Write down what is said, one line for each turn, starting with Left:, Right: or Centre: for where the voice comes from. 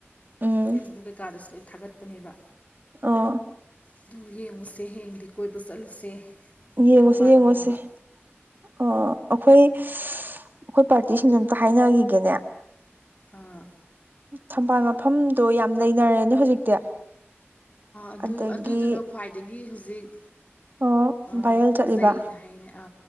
Right: ꯎꯝ
Left: ꯐꯦꯁꯕꯨꯛ ꯀꯩꯀꯥꯗꯁꯨ ꯂꯣꯏ ꯊꯥꯒꯠꯄꯅꯦꯕ
Right: ꯑꯣ
Left: ꯑꯗꯨ ꯌꯦꯡꯉꯨꯁꯦ ꯍꯌꯦꯡꯗꯤ ꯀꯣꯏꯕ ꯆꯠꯂꯨꯁꯦ
Right: ꯌꯦꯉꯣꯁꯤꯦ
Left: ꯊꯝꯕꯥꯜ
Right: ꯌꯦꯉꯣꯁꯦ
Left: ꯌꯦꯡꯕ
Right: ꯑꯣ ꯑꯩꯈꯣꯏ ꯑꯩꯈꯣꯏ ꯄꯥꯔꯇꯤꯁꯤꯡꯗ ꯑꯝꯇ ꯍꯥꯏꯅꯈꯤꯒꯦꯅꯦ
Left: ꯑꯥ
Right: ꯊꯝꯕꯥꯜ ꯃꯐꯝꯗꯣ ꯌꯥꯝ ꯂꯩꯅꯔꯦꯅꯦ ꯍꯧꯖꯤꯛꯇꯤ
Left: ꯑꯗꯨ
Right: ꯑꯗꯒꯤ
Left: ꯑꯗꯨꯗꯨꯅ ꯈ꯭ꯋꯥꯏꯗꯒꯤ ꯍꯧꯖꯤꯛ
Right: ꯑꯣ
Left: ꯑ
Right: ꯚꯥꯏꯔꯦꯜ
Left: ꯐꯖꯩꯌꯦꯅ
Right: ꯆꯠꯂꯤꯕ
Left: ꯍꯥꯏꯅ ꯑ